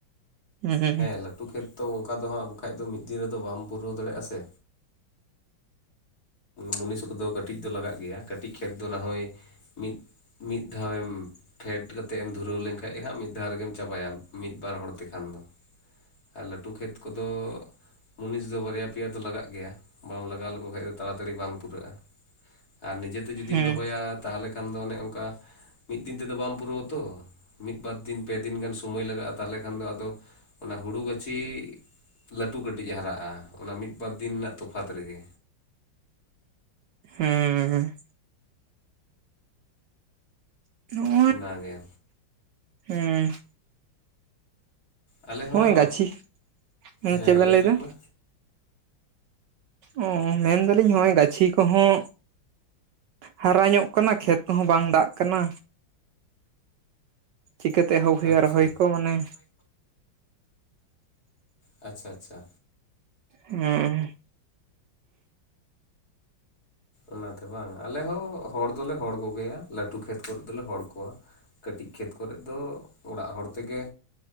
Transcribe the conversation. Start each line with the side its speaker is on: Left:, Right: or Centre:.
Right: ᱦᱩᱸ
Left: ᱦᱮᱸ ᱞᱟᱹᱴᱩ ᱠᱷᱮᱛ ᱛᱚ ᱚᱝᱠᱟ ᱫᱚ ᱦᱟᱸᱜ ᱵᱟᱠᱷᱟᱡ ᱫᱚ ᱢᱤᱫ ᱫᱤᱱ ᱨᱮ ᱫᱚ ᱵᱟᱢ ᱯᱩᱨᱟᱹᱣ ᱫᱟᱲᱮᱭᱟᱜᱼᱟ ᱥᱮ? ᱢᱩᱱᱤᱥ ᱠᱚᱫᱚ ᱠᱟᱹᱴᱤᱡ ᱫᱚ ᱞᱟᱜᱟᱜ ᱜᱮᱭᱟ, ᱠᱟᱹᱴᱤᱡ ᱠᱷᱮᱛ ᱫᱚ ᱱᱟᱦᱚᱭ ᱢᱤᱫ ᱢᱤᱫ ᱫᱷᱟᱣᱮᱢ ᱯᱷᱮᱰ ᱠᱟᱛᱮᱫ ᱮᱢ ᱫᱷᱩᱨᱟᱹᱣ ᱞᱮᱱᱠᱷᱟᱡ ᱦᱟᱸᱜ ᱢᱤᱫ ᱫᱷᱟᱣ ᱨᱮᱜᱮᱢ ᱪᱟᱵᱟ ᱭᱟ ᱢᱤᱫ ᱵᱟᱨ ᱦᱚᱲ ᱛᱮ ᱠᱷᱟᱱ ᱫᱚ᱾ ᱟᱨ ᱞᱟᱹᱴᱷᱩ ᱠᱷᱮᱛ ᱠᱚᱫᱚ ᱢᱩᱱᱤᱥ ᱫᱚ ᱵᱟᱨᱭᱟ ᱯᱮᱭᱟ ᱫᱚ ᱞᱟᱜᱟᱜ ᱜᱮᱭᱟ, ᱵᱟᱢ ᱞᱟᱜᱟᱣ ᱞᱮᱠᱚ ᱠᱷᱟᱡ ᱫᱚ ᱛᱟᱲᱟ ᱛᱟᱲᱤ ᱵᱟᱝ ᱯᱩᱨᱟᱹᱜᱼᱟ, ᱟᱨ ᱱᱤᱡᱮ ᱛᱮ ᱡᱩᱫᱤᱢ
Right: ᱦᱩᱸ
Left: ᱨᱚᱦᱚ ᱭᱟ ᱛᱟᱦᱞᱮ ᱠᱷᱟᱱ ᱫᱚ ᱚᱱᱮ ᱚᱝᱠᱟ ᱢᱤᱫ ᱫᱤᱱ ᱛᱮᱫᱚ ᱵᱟᱢ ᱯᱩᱨᱟᱹᱣ ᱟᱛᱚ, ᱢᱤᱫ ᱵᱟᱨ ᱫᱤᱱ ᱯᱮ ᱫᱤᱱ ᱜᱟᱱ ᱥᱩᱢᱳᱭ ᱞᱟᱜᱟᱜᱼᱟ, ᱛᱟᱦᱞᱮ ᱠᱷᱟᱱ ᱫᱚ ᱟᱫᱚ ᱚᱱᱟ ᱦᱩᱲᱩ ᱜᱟᱹᱪᱷᱤ ᱞᱟᱹᱴᱩ ᱠᱟᱹᱴᱤᱡ ᱦᱟᱨᱟᱜᱼᱟ, ᱚᱱᱟ ᱢᱤᱫ ᱵᱟᱨ ᱫᱤᱱ ᱨᱮᱱᱟᱜ ᱛᱚᱯᱷᱟᱛ ᱨᱮᱜᱮ᱾
Right: ᱦᱩᱸ᱾ <unintelligible>
Left: ᱚᱱᱟ ᱜᱮ᱾
Right: ᱦᱩᱸ᱾
Left: ᱟᱞᱮ ᱦᱚᱸ
Right: ᱦᱚᱸᱜᱼᱚᱭ ᱜᱟᱹᱪᱷᱤ ᱪᱮᱫ
Left: ᱦᱮᱸ
Right: ᱵᱮᱱ
Left: ᱞᱟᱹᱭ
Right: ᱞᱟᱹᱭᱫᱟ
Left: ᱵᱤᱱ ᱢᱟ᱾
Right: ᱚ ᱢᱮᱱ ᱫᱟᱞᱤᱧ ᱦᱚᱸᱜᱼᱚᱭ ᱜᱟᱹᱪᱷᱤ ᱠᱚᱦᱚᱸ ᱦᱟᱨᱟ ᱧᱚᱜ ᱠᱟᱱᱟ ᱠᱷᱮᱛ ᱠᱚᱦᱚᱸ ᱵᱟᱝ ᱫᱟᱜ ᱠᱟᱱᱟ ᱪᱤᱠᱟᱹ ᱛᱮ ᱮᱦᱚᱵ ᱦᱳᱭᱳᱜᱼᱟ
Left: ᱟᱪᱪᱷᱟ
Right: ᱨᱚᱦᱚᱭ ᱠᱚ ᱢᱟᱱᱮ᱾
Left: ᱟᱪᱪᱷᱟ ᱟᱪᱪᱷᱟ᱾
Right: ᱚᱻ ᱩᱸ᱾
Left: ᱚᱱᱟ ᱛᱮ ᱵᱟᱝ? ᱟᱞᱮ ᱦᱚᱹ ᱦᱚᱲ ᱫᱚᱞᱮ ᱦᱚᱲ ᱠᱚ ᱜᱮᱭᱟ ᱞᱟᱹᱴᱩ ᱠᱷᱮᱛ ᱠᱚᱨᱮᱜ ᱫᱚᱞᱮ ᱦᱚᱲ ᱠᱚᱣᱟ, ᱠᱟᱹᱴᱤᱡ ᱠᱷᱮᱛ ᱠᱚᱨᱮᱜ ᱫᱚ ᱚᱲᱟᱜ ᱦᱚᱲ ᱛᱮᱜᱮ